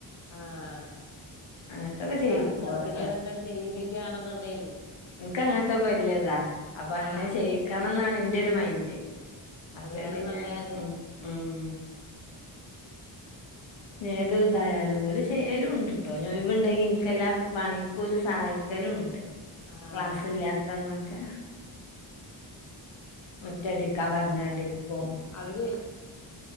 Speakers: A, on the left (about 35°); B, on the left (about 65°).
A: ആഹ്
B: അങ്ങനത്തൊക്കെ
A: ഇതാ
B: ചെയ്യിക്കും
A: ചെറുതിലേ
B: കൊറെ
A: തന്നെ ചെയ്യിപ്പിക്ക ആണെന്നൊണ്ടേല്
B: എൻക്ക് അങ്ങനത്തൊക്ക വലിയ ഇതാ അപ്പൊ അങ്ങനെ
A: ആഹ്
B: ചെയ്യിക്കണംന്നാണ് എന്റൊരു മൈൻഡ് <unintelligible>
A: അതെ അത്
B: പിന്നെ
A: നല്ല കാര്യ
B: ഉം ഉം ഉം ഏത് ഇതായാലും ഓല് ചെയ്യലുംണ്ട്ട്ടോ <unintelligible> ഇണ്ടെങ്കി നിക്കെല്ലാം പണിക്കൂലും സഹായിക് ക്കലും ഉണ്ട്
A: ആഹ്
B: ക്ലാസ്സില്ലാത്തന്നൊക്കെ മുറ്റടിക്കാൻ പറഞ്ഞാ അടിക്കും
A: അവര് വലിയ